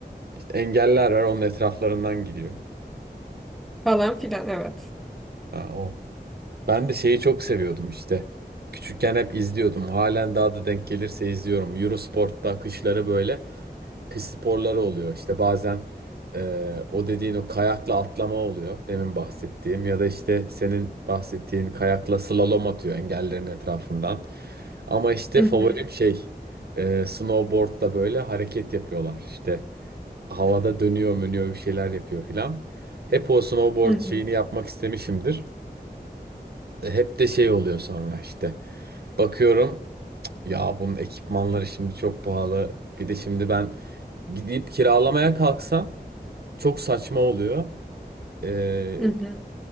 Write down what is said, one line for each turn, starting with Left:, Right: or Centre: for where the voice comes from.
Right: İşte engeller var, onun etraflarından gidiyor.
Centre: Falan filan evet.
Right: Ha, o. Ben de şeyi çok seviyordum işte. Küçükken hep izliyordum. Halen daha da denk gelirse izliyorum. Eurosport'ta kışları böyle. kış sporları oluyor. İşte bazen e, o dediğin o kayakla atlama oluyor. Demin bahsettiğim ya da işte senin bahsettiğin kayakla slalom atıyor engellerin etrafından. Ama işte
Centre: Hı
Right: favorim
Centre: hı,
Right: şey e, snowboardla böyle hareket yapıyorlar. İşte havada dönüyor mönüyor bir şeyler yapıyor filan. Hep o snowboard
Centre: hı hı,
Right: şeyini yapmak istemişimdir. E, Hep de şey oluyor sonra işte. Bakıyorum ya bunun ekipmanları şimdi çok pahalı. Bir de şimdi ben gidip kiralamaya kalksam çok saçma oluyor. Ee,
Centre: hı hı.